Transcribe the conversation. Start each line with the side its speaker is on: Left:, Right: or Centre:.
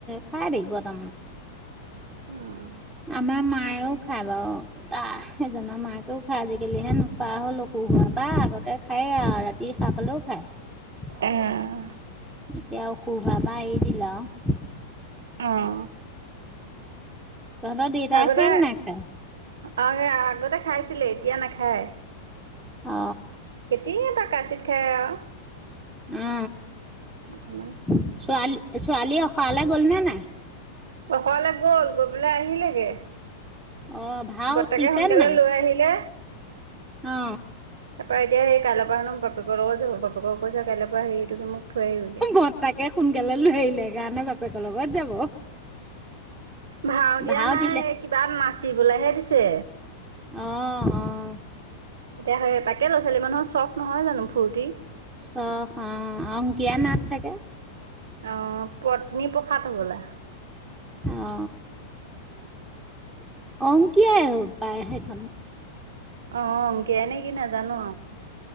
Centre: খাই থাকিব তামোল।
Right: উম।
Centre: আমাৰ মায়েও খায় বাৰু তা সেইজনৰ মাকেওঁ খায়, আজিকালিহে নো পাৰ হ'ল অসুখ হোৱা পা আগতে খায় আৰু ৰাতি সাৰ পালেও খায়।
Right: উম,
Centre: এতিয়া অসুখ হোৱাৰ পা এৰি দিলা আৰু।
Right: অ'।
Centre: তহঁতৰ দেউতাই
Right: আগতে
Centre: এ খাই নে নাখাই?
Right: অ, আগতে খাইছিলে, এতিয়া নাখায়।
Centre: অ,
Right: কেতিয়াবা কতচিট খাই আৰু।
Centre: অ,
Right: অকমান
Centre: ছোৱালী ছোৱালী আসৰালে গ'ল নে নাই?
Right: অকলে গ'ল গৈ পেলাই আহিলেগে।
Centre: অ, ভাও
Right: বৰ্তাকে
Centre: দিছে
Right: সোনকালে
Centre: নে নাই
Right: লৈ আহিলে।
Centre: অ
Right: তাই এতিয়া সেই কাইলৈ পৰাহেনো বাপেকৰ লগত যাব, বাপেক কৈছে কাইলৈৰ পৰা হেৰি তুমি মোক থৈ আহিবিগে
Centre: বৰতাকে সোনকালে লৈ আহিলে, সেই কাৰণে বাপেকৰ লগত যাব।
Right: ভাওঁ দিয়া
Centre: ভাও
Right: নাই
Centre: দিলে
Right: কিবা নাচিবলেহে দিছে।
Centre: অ, অ,
Right: এতিয়াহে তাকে ল'ৰাছোৱালী মানুহৰ চ'স নহয় জানো ফূৰ্তি।
Centre: চ'স, অ, অংকীয়া নাট চাগে।
Right: অ, পত্নী প্ৰসাদ সবলা।
Centre: অ, অংকিয়াই পায় সেইখন।
Right: অ, অংকীয়া নে কি নাজানো আৰু।